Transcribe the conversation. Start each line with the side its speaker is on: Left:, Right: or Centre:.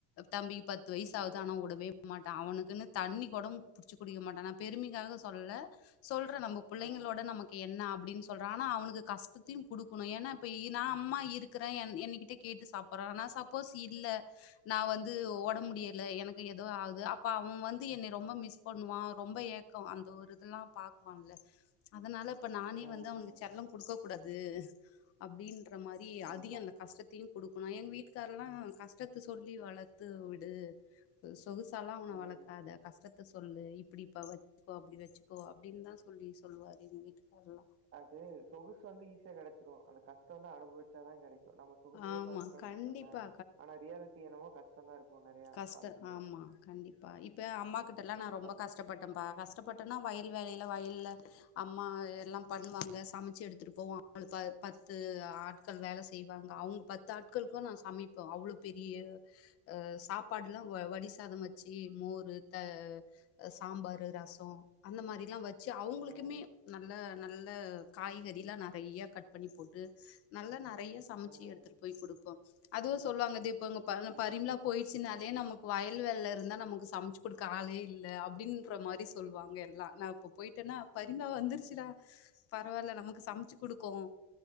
Left: தம்பிக்கு பத்து வயசு
Right: ம்
Left: ஆவது ஆனா உடவே மாட்டான் அவனுக்குன்னு தண்ணிகுடம் புடிச்சு குடிக்க மாட்டான் பெருமைக்காக சொல்லல சொல் அப்பறம் நம்ம பிள்ளைங்களோட
Right: ம்
Left: நமக்கு என்ன அப்படின்னு சொல்றனா அவனுக்கு கஷ்டத்தையும் குடுக்கணும் ஏன்னா இப்ப நான் அம்மா இருக்கிறேன் என் என்னு கிட்ட கேட்டு சாப்பு அப்புற ஆனா சப்போஸ் இல்ல நான் வந்து ஓடம்பு
Right: ம்
Left: முடியல எனக்கு ஏதோ ஆகுது அப்ப அவன் வந்து என்னை ரொம்ப மிஸ் பண்ணுவான் ரொம்ப ஏக்கம் அந்த ஒரு இதெல்லாம் பாக்குவான்ல அதனால இப்ப நானே
Right: ம்
Left: வந்து அவனுக்கு செல்லம் குடுக்க கூடாது அப்படின்ற மாரி
Right: கண்டிப்பா
Left: அதிகம் அந்த கஷ்டத்தையும் குடுக் னா எங்க வீட்டுக்காரல்லாம் கஷ்டத்தை சொல்லி வளத்து விடு சொகுசல்லாம் அவனை
Right: ம்
Left: வளக்காத கஷ்டத்தை சொல்லு இப்படிப்ப வச்சுக்கோ அப்படி வச்சுக்கோ அப்படின்னு தான் சொல்லி சொல்லுவாரு எங்க வீட்டுக்காரல்லாம்
Right: அது சொகுசு வந்து ஈஸியா கிடைச்சிடும் அந்த கஷ்டம் வந்து அனுபவிச்சாதான் கிடைக் நம்ம சொகுசையா
Left: ஆமா
Right: பாத்துடோம்
Left: கண்டிப்பா
Right: வச்சுக்கோங்களேன் ஆனா ரியாலிட்டி என்னமோ கஷ்டம் தான் இருக்கு நெறையா
Left: கஷ்டம்
Right: வாழ்க்கைல
Left: ஆமா கண்டிப் ப இப் இப்பவே அம்மா
Right: ம்
Left: கிட்டெல்லாம் நான் ரொம்ப
Right: கஷ்
Left: கஷ்டப்பட்டன் பா கஷ் ஷ்டப்பட்டேனா வயல் வேலையில வயல்ல அம்மா எல்லாம் பண்ணுவாங்க சமைச்சு எடுத்துட்டு போவோம் ஆளு ப பத்து ஆட்கள் வேலை செய்வாங்க அவங்க பத்து ஆட்களுக்கும் நான் சமைப்போம் அவ்ளு பெரிய அஹ் சாப்பாடுலாம் வடி சாதம் வச்சு மோர் த சாம்பார் ரசம் அந்த மாரிலாம் வச்சு அவங்களுக்குமே
Right: ம்
Left: நல்லா நல்ல காய்கறில்லாம் நறைய கட் பண்ணி போட்டு நல்லா நறைய சமைச்சு
Right: ம்
Left: எடுத்துட்டு போய் குடுப்போம் அதுவும் சொல்லுவாங்க தி இப்போ ங்க
Right: ம்
Left: பரிமலா போய் ச்சுனாலே நமக்கு வயல் வேல்ல இருந்தா நமக்கு சமைச்சு கொடுக்க ஆளே இல்ல அப்படின்ற மாரி சொல்லுவாங்க எல்லாம் நான் இப்ப போயிட்டேன்னா பரிமளா
Right: ம்
Left: வந்துருச்சுடா பரவாயில்ல நமக்கு சமைச்சு குடுக்கும்